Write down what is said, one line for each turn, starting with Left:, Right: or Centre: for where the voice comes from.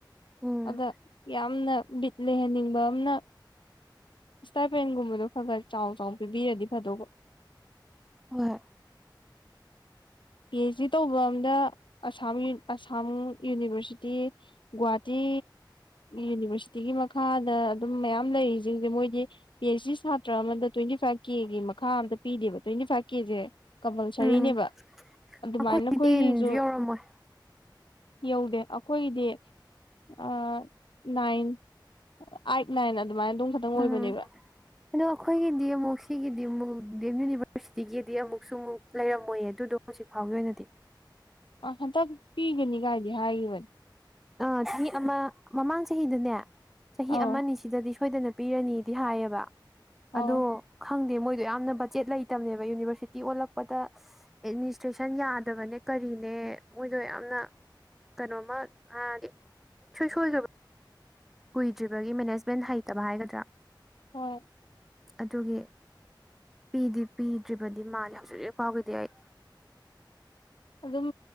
Centre: ꯎꯝ
Left: ꯑꯗ ꯌꯥꯝ ꯑꯅ ꯕꯤꯠ ꯂꯩꯍꯟꯅꯤꯡꯕ ꯑꯃꯅ ꯏꯁ꯭ꯇꯥꯥꯏꯄꯦꯟꯒꯨꯝꯕꯗꯣ ꯈꯔ ꯈꯔ ꯆꯥꯎ ꯆꯥꯎ ꯄꯤꯕꯤꯔꯗꯤ ꯐꯗꯧꯕ
Centre: ꯍꯣꯏ
Left: ꯄꯤ ꯑꯩꯆ ꯗꯤ ꯇꯧꯕ ꯑꯝꯗ ꯑꯁꯥꯝ ꯑꯁꯥꯝ ꯌꯨꯅꯤꯚꯔꯁꯤꯇꯤ ꯒꯨꯍꯥꯇꯤ ꯇꯤ ꯌꯨꯅꯤꯚꯔꯁꯤꯇꯤꯒꯤ ꯃꯈꯥꯗ ꯑꯗꯨꯝ ꯃꯌꯥꯝ ꯂꯩꯔꯤꯖꯤꯡꯖꯦ ꯃꯣꯏꯗꯤ ꯄꯤ ꯑꯩꯆ ꯗꯤ ꯁꯥ ꯁꯥꯠꯇ꯭ꯔ ꯑꯃꯗ ꯇ꯭ꯋꯦꯟꯇꯤ ꯐꯥꯏꯚ ꯀꯦꯒꯤ ꯃꯈꯥ ꯑꯃꯠꯇ ꯄꯤꯗꯦꯕ ꯇ꯭ꯋꯦꯟꯇꯤ ꯐꯥꯏꯚ ꯀꯦꯖꯦ ꯀꯝꯄꯜꯁꯔꯤꯅꯦꯕ
Centre: ꯎꯝ
Left: ꯑꯗꯨꯃꯥꯏꯅ
Centre: ꯑꯩꯈꯣꯏꯗꯤ
Left: ꯑꯈꯣꯏꯒꯤꯖꯨ
Centre: ꯇꯦꯟꯁꯨ ꯌꯧꯔꯝꯃꯣꯏ
Left: ꯌꯧꯗꯦ ꯑꯈꯣꯏꯒꯤꯗꯤ ꯑꯥ ꯅꯥꯏꯟ ꯑꯥꯏꯠ ꯅꯥꯏꯟ ꯑꯗꯨꯃꯥꯏꯅ ꯑꯗꯨꯝ ꯈꯛꯇꯪ ꯑꯣꯏꯕꯅꯦꯕ
Centre: ꯎꯝ ꯑꯗꯣ ꯑꯩꯈꯣꯏꯒꯤꯗꯤ ꯑꯃꯨꯛ ꯁꯤꯒꯤꯗꯤꯃꯨꯛ ꯗꯦꯝ ꯌꯨꯅꯤꯚꯔꯁꯤꯇꯤꯒꯤꯗꯤ ꯑꯃꯨꯛꯁꯨ ꯑꯃꯨꯛ ꯂꯩꯔꯝꯃꯣꯏꯌꯦ ꯑꯗꯨꯗꯣ ꯍꯧꯖꯤꯛ ꯐꯥꯎꯒꯤ ꯑꯣꯏꯅꯗꯤ
Left: ꯑꯥ ꯍꯟꯇꯛ ꯄꯤꯒꯅꯤꯒꯥꯏꯗꯤ ꯍꯥꯏꯒꯤꯕꯅꯤ
Centre: ꯑꯥ ꯆꯍꯤ ꯑꯃ ꯃꯃꯥꯡ ꯆꯍꯤꯗꯅꯦ ꯆꯍꯤ
Left: ꯑꯧ
Centre: ꯑꯃꯅꯤꯅꯤꯁꯤꯗꯗꯤ ꯁꯣꯏꯗꯅ ꯄꯤꯔꯅꯤꯗꯤ ꯍꯥꯏꯌꯦꯕ ꯑꯗꯣ
Left: ꯑꯧ
Centre: ꯈꯪꯗꯦ ꯃꯣꯏ ꯌꯥꯝꯅ ꯕꯖꯦꯠ ꯂꯩꯇꯕꯅꯦꯕ ꯌꯨꯅꯤꯕꯔꯁꯤꯇꯤ ꯑꯣꯜꯂꯛꯄꯗ ꯑꯦꯗꯃꯤꯅꯤꯁꯇ꯭ꯔꯦꯁꯟ ꯌꯥꯗꯕꯅꯦ ꯀꯔꯤꯅꯦ ꯃꯣꯏꯗꯣ ꯌꯥꯝꯅ ꯀꯩꯅꯣꯝꯃ ꯍꯥꯏ ꯏꯁꯣꯏꯁꯣꯏꯗꯕ ꯀꯨꯏꯗ꯭ꯔꯤꯕꯒꯤ ꯃꯦꯅꯦꯁꯃꯦꯟ ꯍꯩꯇꯕ ꯍꯥꯏꯒꯗ꯭ꯔꯥ
Left: ꯍꯣꯏ
Centre: ꯑꯗꯨꯒꯤ ꯄꯤꯗꯤ ꯄꯤꯗ꯭ꯔꯤꯕꯗꯤ ꯃꯥꯂꯦ ꯍꯧꯖꯤꯛ ꯍꯧꯖꯤꯛ ꯐꯥꯎꯒꯤꯗꯤ ꯑꯩ
Left: ꯑꯗꯨꯝ